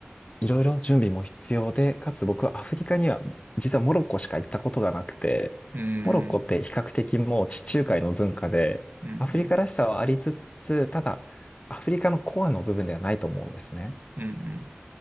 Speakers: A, on the left; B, on the right.
A: いろいろ準備も必要で、かつ僕はアフリカには、実はモロッコしか行ったことがなくて、
B: うーん、
A: モロッコって比較的もう地中海の文化で、
B: うん、うん、
A: アフリカらしさはありつつ、ただ、アフリカのコアの部分ではないと思うんですね。
B: うん、うん。